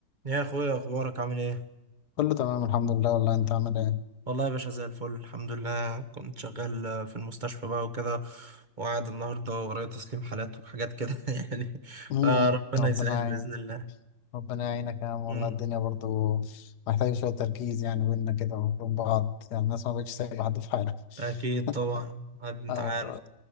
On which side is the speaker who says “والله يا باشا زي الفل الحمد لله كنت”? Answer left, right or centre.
Right